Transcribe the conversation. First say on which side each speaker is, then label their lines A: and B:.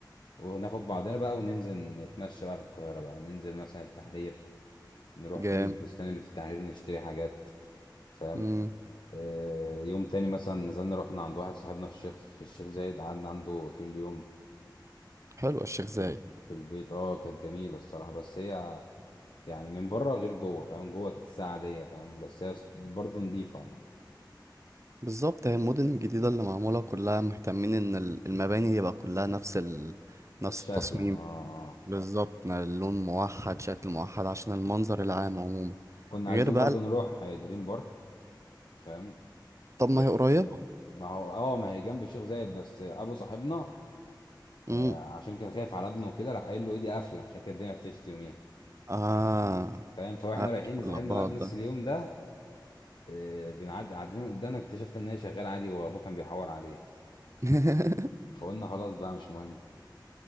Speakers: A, on the left; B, on the right.
A: وناخد بعضنا بقى وننزل نتمشى بقى في القاهرة بقى ننزل مثلا التحرير نروح
B: جامد
A: مول البستان اللي في التحرير نشتري حاجات فاهم
B: امم
A: آه، يوم تاني مثلا نزلنا رحنا عند واحد صاحبنا في الشيخ في الشيخ زايد قعدنا عنده طول اليوم
B: حلو الشيخ زايد
A: في ال- في البيت اه كانت جميلة الصراحة بس هي يعني من بره غير جوه فاهم جوه تحسها عادية فاهم بس هي برضه نضيفة يعني
B: بالظبط هي المدن الجديدة اللي معمولة كلها مهتمين ان ال- المباني يبقى كلها نفس ال... نفس
A: الشكل
B: التصميم
A: اه اه آه.
B: بالظبط نا- اللون موحد شكل موحد عشان المنظر العام عموما
A: كنا
B: غير
A: عايزين
B: بقى
A: برضه
B: ال-
A: نروح آه، دريم بارك فاهم
B: طب
A: بس
B: ما هي قريبة
A: آه، ما هو اه ما هي جنب الشيخ زايد بس آه، ابو صاحبنا
B: امم
A: آه، عشان كان خايف على ابنه وكده راح قايل له ايدي قافله عشان كده الدنيا بتشتي يوميها
B: اه
A: فاهم فاحنا
B: اه
A: رايحين لصاحبنا
B: العباد
A: بقى في نفس
B: ده
A: اليوم ده آه، بنعدي قاعدين قدامنا اكتشفت ان هي شغاله عادي وابوه كان بيحور عليه
B: <laughs>
A: فقلنا خلاص بقى مش مهم